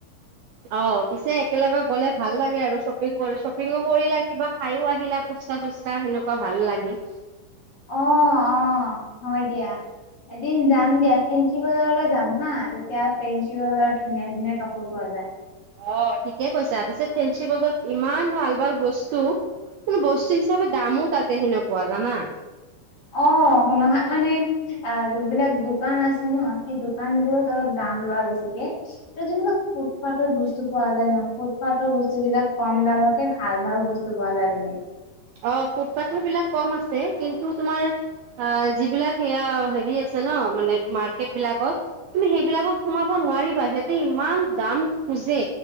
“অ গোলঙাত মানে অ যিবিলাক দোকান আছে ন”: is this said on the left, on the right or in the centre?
Left